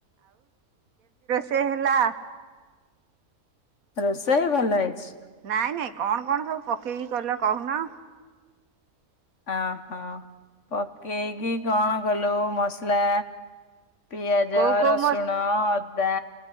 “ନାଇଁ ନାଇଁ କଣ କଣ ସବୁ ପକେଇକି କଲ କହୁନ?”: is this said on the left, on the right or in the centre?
Right